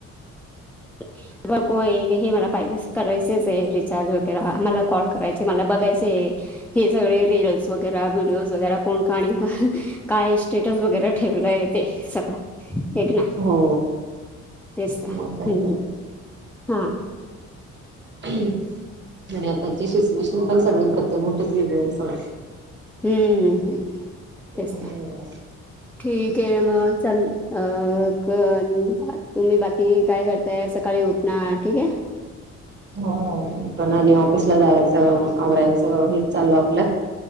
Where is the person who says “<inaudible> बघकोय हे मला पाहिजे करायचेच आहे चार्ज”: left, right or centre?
Centre